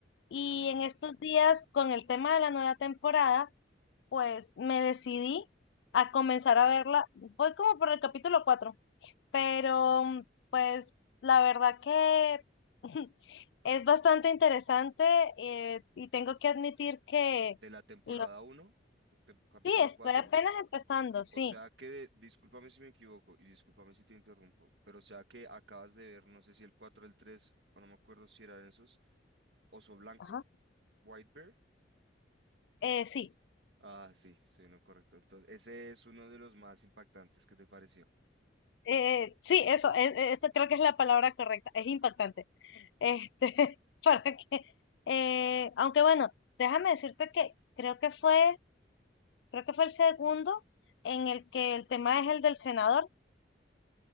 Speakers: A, on the left; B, on the right.
A: y
B: Ajá.
A: en estos días con el tema de la nueva temporada, pues me decidí a comenzar a verla. Voy como por el capítulo cuatro. pero mm, pues la verdad que <laughs> es bastante interesante eh, y tengo que admitir que
B: De la temporada
A: los,
B: uno te- capítulo
A: sí, estoy
B: cuatro
A: apenas empezando, sí,
B: O sea que, discúlpame si me equivoco y discúlpame si te interrumpo, pero o sea que acabas de ver, no sé si el 4 el 3 o no me acuerdo si eran esos, Oso Blanco,
A: ajá,
B: White Bear.
A: eh, sí,
B: Ah, sí, estoy en lo correcto. Entonces, ese es uno de los más impactantes. ¿Qué te pareció?
A: eh, sí, eso, es, eso creo que es la palabra correcta, es impactante, este, <laughs> para que, eh, aunque bueno, déjame decirte que creo que fue, creo que fue el segundo en el que el tema es el del senador,